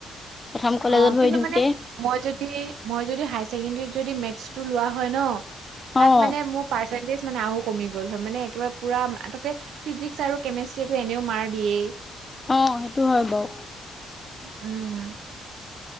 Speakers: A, on the left; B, on the right.
A: প্ৰথম কলেজত
B: অ' কিন্তু
A: ভৰি দিওঁতে।
B: মানে মই যদি, মই যদি হায় ছেকেণ্ডৰীত যদি মেথছটো লোৱা হয় ন, তাত
A: অ
B: মানে মোক- পাৰ্চেন্টেজ মানে আৰু কমি গ'ল হয় মানে একেবাৰে পুৰা তাতে- ফিজিক্স আৰু কেমেষ্ট্ৰিয়েটো এনেও মাৰ দিয়েই।
A: অঁ' সেইটো হয় বাও।
B: উম, উম'।